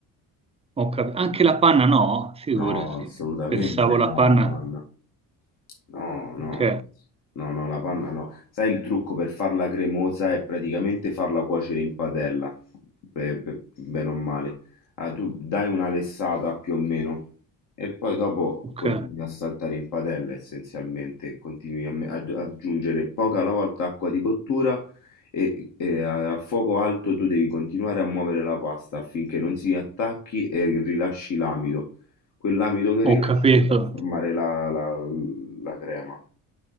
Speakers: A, on the right (about 20°); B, on the left (about 60°).
A: ho cap- Anche la panna no? Figurati,
B: No, assolutamente
A: pensavo la
B: no,
A: panna.
B: la panna. No, no,
A: Ok,
B: ma- no, no, la panna no. Sai il trucco per farla cremosa è praticamente farla cuocere in padella, pe- pe- bene o male. Ah, tu dai una lessata più o meno e poi dopo
A: ok,
B: continui a saltare in padella essenzialmente, continui a me- ad aggiungere poca alla volta acqua di cottura e, e a a fuoco alto tu devi continuare a muovere la pasta affinché non si attacchi e rilasci l'amido. Quell'amido che rilasci
A: ho capito,
B: andrà a formare la la la crema.